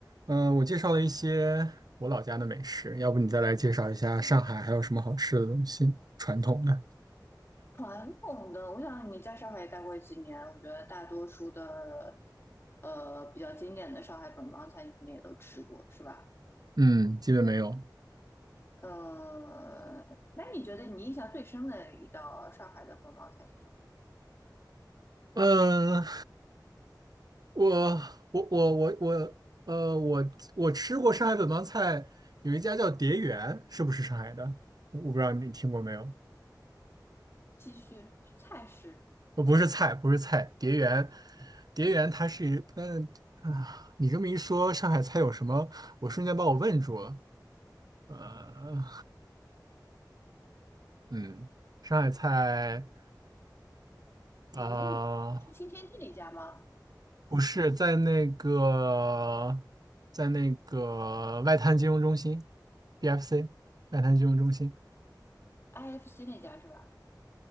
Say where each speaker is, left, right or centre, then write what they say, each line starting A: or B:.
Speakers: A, on the right (about 60°); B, on the left (about 35°).
A: 嗯，我介绍了一些我老家的美食，要不你再来介绍一下上海还有什么好吃的东西，传统的？
B: 传统的，我想你在上海也待过几年，我觉得大多数的，呃，比较经典的上海本帮菜，你肯定也都吃过，是吧？
A: 嗯，基本没有。
B: 嗯，那你觉得你印象最深的一道上海的本帮菜是什么？
A: 嗯，我我我我我呃，我我吃过上海本帮菜，有一家叫蝶园，是不是上海的？我不知道你听过没有？
B: 继续，菜式，
A: 呃，不是菜，不是菜，蝶园，蝶园它是一嗯啊，
B: 嗯，
A: 你这么一说，上海菜有什么？我瞬间把我问住了。呃，嗯，上海菜啊、
B: 蝶鱼是新天地那家吗
A: 呃不是在那个在那个外滩金融中心，BFC 外滩金融中心，
B: ？IFC 那家是吧